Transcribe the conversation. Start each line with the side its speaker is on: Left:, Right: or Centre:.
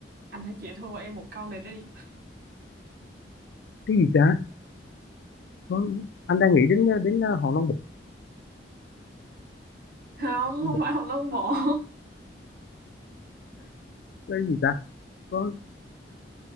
Right: anh hãy chịu thua em một câu này đi
Left: cái gì ta có anh đang nghĩ đến đến hòn non bộ
Right: <laughs> không
Left: Long
Right: không
Left: Bộ.
Right: phải Hồng Long Bộ
Left: cái gì ta có